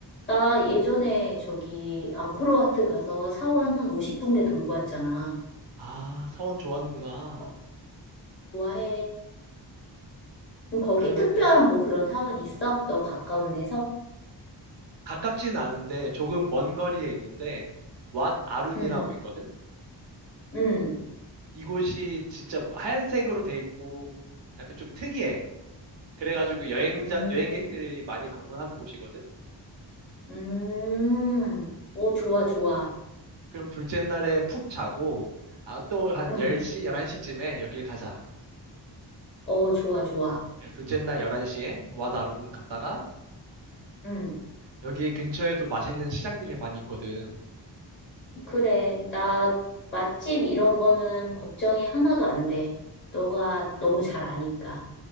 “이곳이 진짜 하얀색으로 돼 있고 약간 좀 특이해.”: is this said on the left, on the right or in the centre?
Right